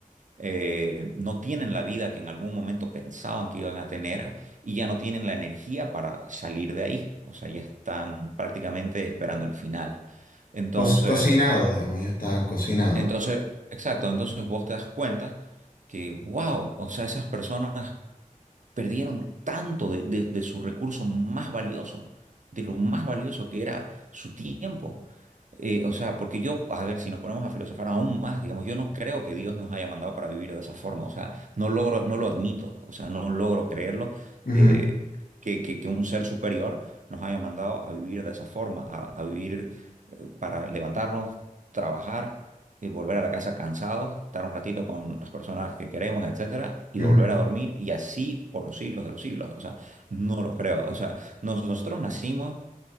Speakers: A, on the right; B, on the left.
A: eh, no tienen la vida que en algún momento pensaban que iban a tener y ya no tienen la energía para salir de ahí. O sea, ya están prácticamente esperando el final. Entonces,
B: Cos- cocinados, digamos, ya está cocinado.
A: entonces, exacto, entonces vos te das cuenta que, wow, o sea, esas personas perdieron tanto de, de- de su recurso más valioso, de lo más valioso que era su tiempo. Eh, o sea, porque yo, a ver, si nos ponemos a filosofar aún más, digamos, yo no creo que Dios nos haya mandado para vivir de esa forma, o sea, no logro, no lo admito, o sea, no logro creerlo,
B: Ujú,
A: eh, que, que- que un ser superior nos haya mandado a vivir de esa forma, a, a vivir eh, para levantarnos, trabajar, y volver a la casa cansados, estar un ratito con las personas que queremos, etcétera, y
B: ujú,
A: volver a dormir, y así por los siglos de los siglos. O sea, no lo creo. O sea, nos- nosotros nacimos,